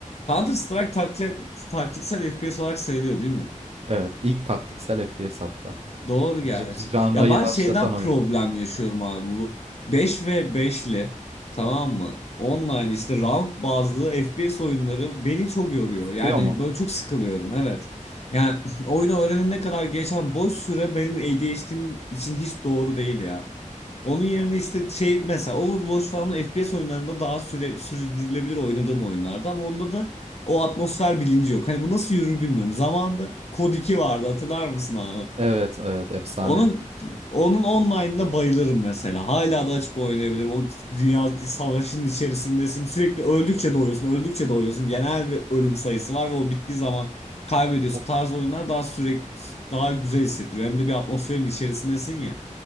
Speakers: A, on the left (about 50°); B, on the right (about 50°).
A: Counter Strike takti- taktiksel FPS olarak sayılıyor değil mi?
B: Evet, ilk taktiksel FPS hatta.
A: Doğru gerçi.
B: J- janrayı
A: Ya ben
B: başlatan
A: şeyden
B: oyun.
A: problem yaşıyorum abi bu Beş ve beşli tamam
B: Hı hı.
A: mı? Online işte round bazlı FPS oyunları beni çok yoruyor.
B: Sıkıyor
A: Yani
B: mu?
A: böyle çok sıkılıyorum evet. Yani <clears throat> oyunu öğrenene kadar geçen boş süre benim ADHD'm için hiç doğru değil ya. Onun yerine işte şey mesela Overwatch falan FPS oyunlarında daha süre, sürdürülebilir oynadığım oyunlarda ama onda da o atmosfer bilinci yok. Hani bu nasıl yürür bilmiyorum. Zamanında Kod 2 vardı hatırlar mısın abi?
B: Evet, evet, efsane.
A: Onun onun online'ına bayılırım mesela. Hala da açıp oynayabilirim. O dünya savaşının içerisindesin. Sürekli öldükçe doğuyorsun, öldükçe doğuyorsun. Genel bir ölüm sayısı var ve o bittiği zaman kaybediyorsun.
B: O-
A: Tarzı oyunlar daha sürekli daha güzel hissettiriyor. Hem de bir atmosferin içerisindesin ya.